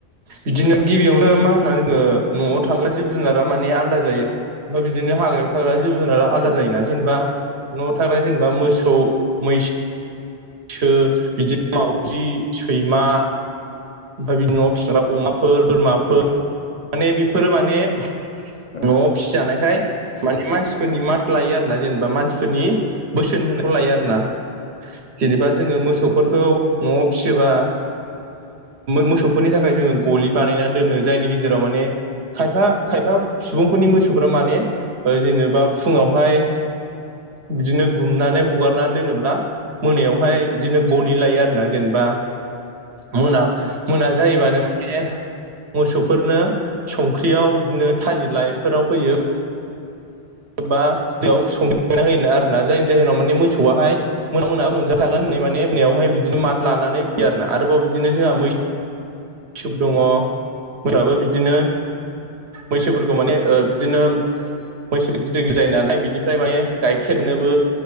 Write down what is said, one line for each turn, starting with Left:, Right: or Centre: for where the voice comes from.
Right: बिदिनो गिबियावनो मा होननानै बुङो न'आव थाग्रा जिब जुनारा माने आलादा जायो। ओमफ्राय बिदिनो हागायाव थाग्रा जिब जुनारा। आलादा
Left: उम
Right: जायोना जेनेबा न'आव थाग्रा जेनेबा मोसौ मैसो फैसो बिदिनो मावउजि, सैमा, बिनि न'आव फिसारा अमाफोर, बोरमाफोर, माने बेफोरो माने
Left: औ
Right: न'आव फिसिजानायखाय माने मानसिफोरनि मात लायो आरो ना जेनेबा मानसिफोरनि बोसोन होनायखौ लायो आरोना जेनेबा जोङो मोसौफोरखौ
Left: औ
Right: न'आव फिसिबा मोसौफोरनि थाखाय जोङो गलि बानायनानै दोनो जायनि गेजेराव माने खायफा खायफा सुबुंफोरनि मोसौफ्रा माने जेनेबा फुङावहाय बिदिनो गुमनानै हगारनानै दोनोब्ला मोनायावहाय बिदिनो गलि लायो आरो ना जेनेबा मोना
Left: औ
Right: मोना जायोबानो माने मोसौफोरनो संख्रियाव बिदिनो थालिर लाइफोराव होयो। बा बेयाव संखांना होयोना आरोना जायनि जाहोनाव माने मोसौआहाय मोना मोनाबो मोनजाथागोन होननाय माने नयावहाय बिदिनो मात लानानै फैयार ना आरोबाव बिदिनो जोंहा मै इसप दङ।
Left: औ
Right: फोराबो बिदिनो मैसोफोरखौ माने ओ बिदिनो मैसो गिदिर गिदिर जायो नालाय बिनिफ्राय माने गाइखेरनोबो